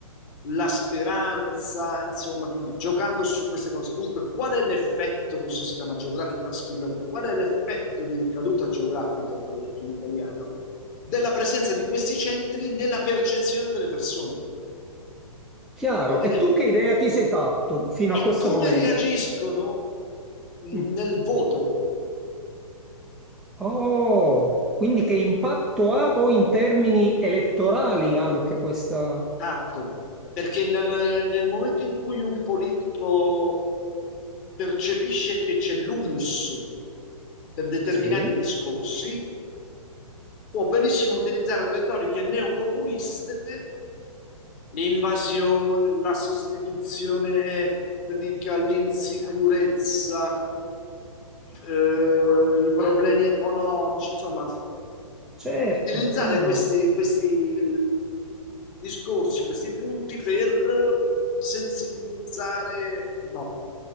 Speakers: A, on the left; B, in the centre.
A: la speranza, insomma, quindi giocando su queste cose. Dunque, qual è l'effetto, questo si chiama geographical spillover, qual è l'effetto di ricaduta geografica, tradotto in italiano, della presenza di questi centri nella percezione delle persone?
B: chiaro.
A: Come
B: E
A: reagiscono?
B: tu che idea ti sei fatto fino
A: E
B: a questo
A: come
B: momento?
A: reagiscono nel
B: Mm.
A: voto
B: Oh, quindi che impatto ha poi in termini elettorali anche questa...
A: tatto? Perché nel, nel momento in cui un politico percepisce che c'è l'humus per determinati
B: Sì,
A: discorsi, può benissimo utilizzare retoriche neopopuliste, l'invasione, la sostituzione etnica, l'insicurezza, eh, i problemi economici, insomma,
B: certo,
A: utilizzare
B: come no?
A: questi, questi discorsi, questi punti per sensibilizzare, no,